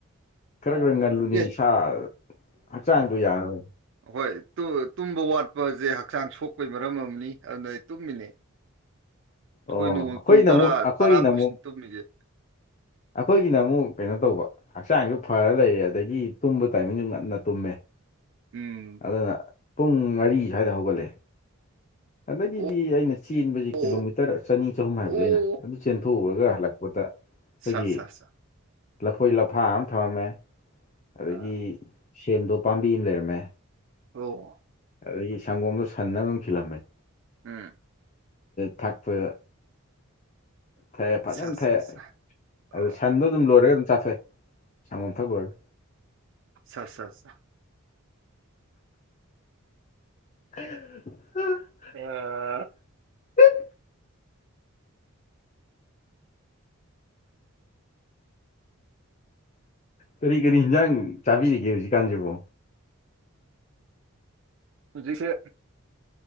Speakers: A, on the left (about 35°); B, on the right (about 55°).
A: ꯈꯔ
B: ꯑꯣ
A: ꯈꯔ ꯉꯜꯂꯨꯅꯤ
B: ꯑꯦ
A: ꯏꯁꯥ ꯍꯛꯆꯥꯡꯗꯣ ꯌꯥꯔꯔꯅꯤ
B: ꯑꯩꯈꯣꯏ ꯇꯨꯝꯕ ꯋꯥꯠꯄꯁꯦ ꯍꯛꯆꯥꯡ ꯁꯣꯛꯄꯒꯤ ꯃꯔꯝ ꯑꯃꯅꯤ ꯑꯗꯨꯅ ꯑꯩ ꯇꯨꯝꯃꯤꯅꯦ ꯑꯩꯈꯣꯏ
A: ꯑꯣ
B: ꯅꯣꯡ ꯄꯨꯡ
A: ꯑꯩꯈꯣꯏꯅ
B: ꯇꯔꯥ
A: ꯑꯃꯨꯛ ꯑꯩꯈꯣꯏꯒꯤꯅ
B: ꯇꯔꯥ ꯄꯁꯤꯟ
A: ꯑꯃꯨꯛ
B: ꯇꯧꯃꯤꯁꯦ
A: ꯑꯩꯈꯣꯏꯒꯤꯅ ꯑꯃꯨꯛ ꯀꯩꯅꯣ ꯇꯧꯕ ꯍꯛꯆꯥꯡꯁꯨ ꯐꯔ ꯂꯩꯔꯦ ꯑꯗꯒꯤ ꯇꯨꯝꯕ ꯇꯥꯏꯃꯤꯡꯁꯨ ꯉꯟꯅ ꯇꯨꯝꯃꯦ
B: ꯎꯝ
A: ꯑꯗꯨꯅ ꯄꯨꯡ ꯃꯔꯤ ꯁ꯭ꯋꯥꯏꯗ ꯍꯧꯒꯠꯂꯦ ꯑꯗꯒꯤꯗꯤ
B: ꯑꯣ
A: ꯑꯩꯅ ꯆꯦꯟꯕꯕꯁꯤ
B: ꯑꯣ
A: ꯀꯤꯂꯣꯃꯤꯇꯔ ꯆꯅꯤ ꯆꯍꯨꯝ ꯍꯥꯏꯕꯗ
B: ꯑꯣ
A: ꯑꯩꯅ ꯆꯦꯟꯊꯣꯛꯎꯔꯒ ꯍꯜꯂꯛꯄꯗ ꯑꯩꯈꯣꯏꯒꯤ
B: ꯁꯥ ꯁꯥ ꯁꯥ
A: ꯂꯐꯣꯏ ꯂꯐꯥ ꯑꯃ ꯊꯝꯔꯝꯃꯦ ꯑꯗꯒꯤ
B: ꯑ
A: ꯁꯦꯝꯗꯣ ꯄꯥꯝꯕꯤ ꯑꯃ ꯂꯩꯔꯝꯃꯦ
B: ꯑꯣ
A: ꯑꯗꯒꯤ ꯁꯪꯒꯣꯝꯗꯣ ꯁꯟꯅ ꯑꯗꯨꯝ ꯈꯤꯜꯂꯝꯃꯦ
B: ꯎꯝ
A: ꯊꯛꯄ ꯊ
B: ꯁꯥ
A: ꯐꯖꯅ
B: ꯁꯥ
A: ꯊꯩ
B: ꯁꯥ ꯑꯣ
A: ꯑꯗꯨ ꯁꯟꯗꯣ ꯑꯗꯨꯝ ꯂꯣꯏꯔꯒ ꯑꯗꯨꯝ ꯆꯥꯊꯣꯛꯑ ꯁꯪꯒꯣꯝ ꯊꯛ ꯂꯣꯏꯔꯒ
B: ꯑꯠ
A: ꯍ <unintelligible>
B: ꯑ
A: ꯄꯠ ꯀꯔꯤ ꯀꯔꯤ ꯍꯤꯟꯖꯥꯡ ꯆꯥꯕꯤꯔꯤꯒꯦ ꯍꯧꯖꯤꯛꯀꯥꯟꯁꯤꯕꯣ
B: ꯍꯧꯖꯤꯁꯦ